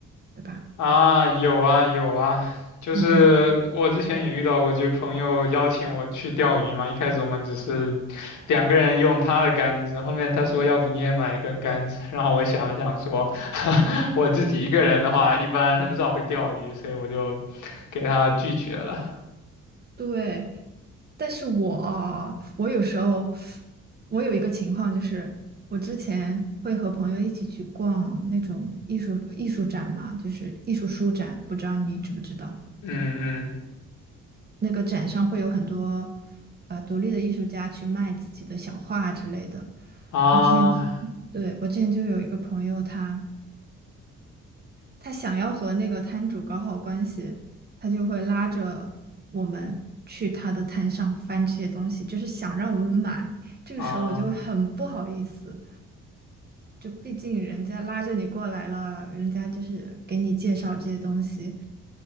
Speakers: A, on the right; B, on the left.
A: 对吧？
B: 啊，有啊有啊，就是我之前也遇到过，
A: 嗯，
B: 就是朋友邀请我去钓鱼嘛。一开始我们只是两个人用他的杆子，后面他说要不你也买一根杆子，然后我想了想说，<laughs> 我自己一个人的话一般很少会钓鱼，所以我就给他拒绝了。
A: 对。但是我呃我有时候我有一个情况，就是我之前会和朋友一起去逛那种艺术艺术展嘛，就是艺术书展，不知道你知不知道？
B: 嗯
A: 那个展上会有很多呃独立的艺术家去卖自己的小画之类的。
B: 嗯啊
A: 我之前对我之前就有一个朋友他。他想要和那个摊主搞好关系，他就会拉着我们去他的摊上翻这些东西，就是想让我们买。这个时候我就会很不好意思，
B: 啊，
A: 就毕竟人家拉着你过来了，人家就是给你介绍这些东西，